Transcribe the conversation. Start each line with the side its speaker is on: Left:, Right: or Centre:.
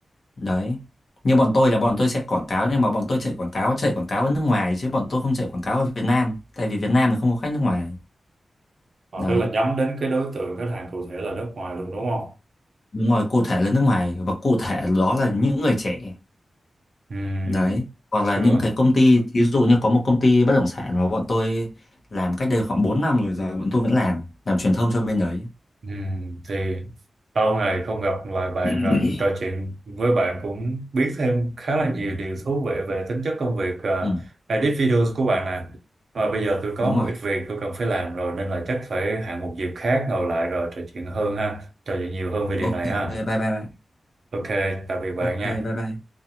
Left: đấy như bọn tôi là bọn tôi sẽ quảng cáo nhưng mà bọn tôi chạy quảng cáo chạy quảng cáo ở nước ngoài chứ bọn tôi không chạy quảng cáo ở Việt Nam tại vì Việt Nam thì không có khách nước ngoài
Right: Ờ,
Left: đấy
Right: tức là nhắm đến cái đối tượng khách hàng cụ thể là nước ngoài luôn đúng không?
Left: đúng rồi cụ thể là nước ngoài và cụ thể đó là những người trẻ
Right: Ừ,
Left: đấy hoặc
Right: xưa.
Left: là những cái công ty ví dụ như có một công ty bất động sản mà bọn tôi làm cách đây khoảng 4 năm rồi giờ bọn tôi vẫn làm làm truyền thông cho bên đấy
Right: Ừ, thì lâu ngày không gặp lại bạn
Left: <clears throat>
Right: rồi trò chuyện với bạn cũng biết thêm khá là nhiều điều thú vị về tính chất công việc ờ,
Left: ừ,
Right: edit videos của bạn nè. Và bây giờ tôi có
Left: đúng
Right: một
Left: rồi
Right: ít việc tôi cần phải làm rồi nên là chắc phải hẹn một dịp khác ngồi lại rồi trò chuyện hơn ha, trò chuyện nhiều hơn về điều
Left: ok
Right: này ha.
Left: bye bye bye
Right: Ok, tạm biệt bạn
Left: Ok,
Right: nha.
Left: bye bye.